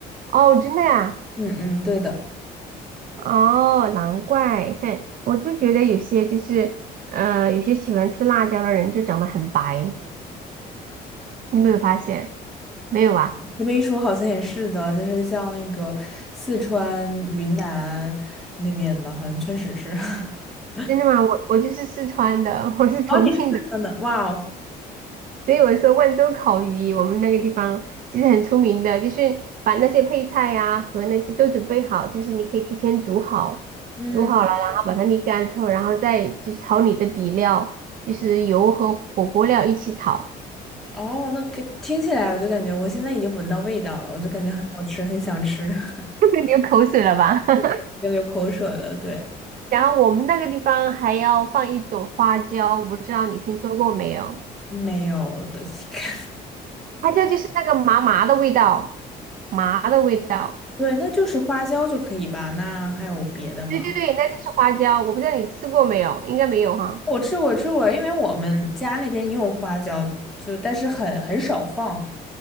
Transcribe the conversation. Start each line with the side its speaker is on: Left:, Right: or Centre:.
Right: 哦，真的呀。
Centre: 嗯嗯，对的，
Right: 哦，难怪，哼，我就觉得有些就是，呃，有些喜欢吃辣椒的人就长得很白，你有没有发现？没有啊？
Centre: 这么一说好像也是的，就是像那个四川、云南那边的，好像确实是。<laughs>
Right: 真的吗？我我就是四川的，<laughs> 我是重庆的，
Centre: 哦，你是四川的，哇哦！
Right: 所以我说万州烤鱼，我们那个地方其实很出名的，就是把那些配菜呀、和那些都准备好，就是你可以提前煮好，
Centre: 嗯，
Right: 煮好了，然后把它沥干之后，然后再就是炒你的底料，就是油和火锅料一起炒，
Centre: 哦，那可听起来我就感觉我现在已经闻到味道了，我就感觉很好吃，很想吃，<laughs>
Right: <laughs> 流口水了吧？<laughs>
Centre: 已经流口水了。对，
Right: 然后我们那个地方还要放一种花椒，我不知道你听说过没有？
Centre: 没有的，<laughs>
Right: 花椒就是那个麻麻的味道，麻的味道。
Centre: 对，那就是花椒就可以吧？那还有别的吗？
Right: 对对对，那就是花椒。我不知道你吃过没有，应该没有哈。
Centre: 我吃过，吃过，因为我们家那边也有花椒，就但是很很少放，